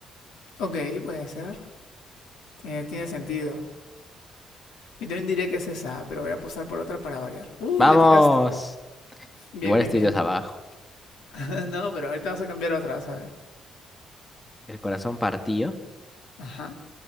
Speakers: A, on the left (about 80°); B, on the left (about 15°).
A: Ok, puede ser. Tiene, tiene sentido. Yo también diría que es esa, pero voy a apostar por otra para variar. Uy,
B: ¡Vamos!
A: la atinaste. Bien,
B: Igual
A: bien,
B: estoy
A: bien.
B: dos abajo.
A: <laughs> no, pero ahorita vamos a cambiar otra, vas a ver.
B: El corazón partido.
A: Ajá.